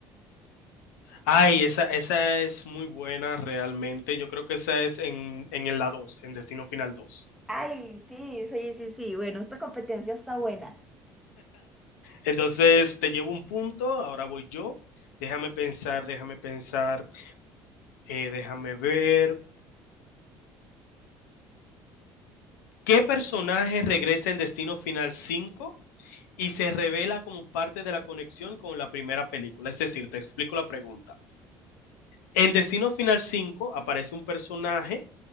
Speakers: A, on the left; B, in the centre.
A: Ay, esa, esa es muy buena realmente. Yo creo que esa es en, en la 2, en Destino Final dos.
B: Ay, sí, sí, sí, sí. Bueno, esta competencia está buena.
A: Entonces, te llevo un punto, ahora voy yo. Déjame pensar, déjame pensar, eh, déjame ver. ¿Qué personaje regresa en Destino Final cinco. y se revela como parte de la conexión con la primera película. Es decir, te explico la pregunta. En Destino Final 5 aparece un personaje